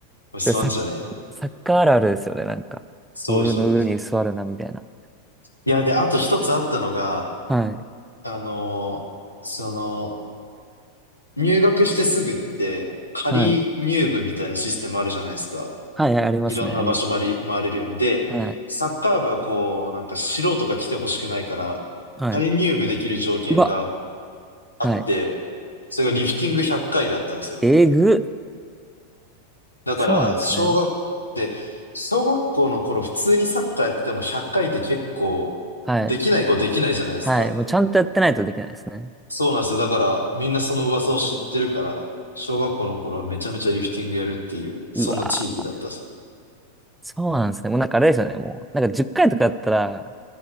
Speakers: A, on the left; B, in the centre.
A: おい座んじゃねえよ。
B: いやサッ、サッカーあるあるですよね、なんか。
A: そうです、
B: ボールの上に座るな、
A: そうです。
B: みたいな。
A: いや、で、あと一つあったのが、
B: はい。
A: あのーその、入学してすぐって、仮入部みたいなシステムあるじゃないですか。
B: はい。はい、はいありますね。
A: いろんな場所回り、
B: あり
A: 回れるように。で、
B: はい。
A: サッカー部はこう、なんか素人が来てほしくないから、
B: はい。
A: 仮入部できる条件が
B: うわ。
A: あって、
B: はい。
A: それがリフティング100回だったんですよ。
B: えぐ。
A: だから、
B: そうなんですね。
A: 小学、で、小学校の頃普通にサッカーやってても100回っかいって結構、
B: はい。
A: できない子できないじゃないですか。
B: はい。もうちゃんとやってないとできないですね。
A: そうなんですよ。だから、みんなその噂を知ってるから、小学校の頃はめちゃめちゃリフティングやるっていう、そんな地域だったです。
B: うわーそうなんですね。もうなんかあれですよね。もう、なんか10回とかやったら、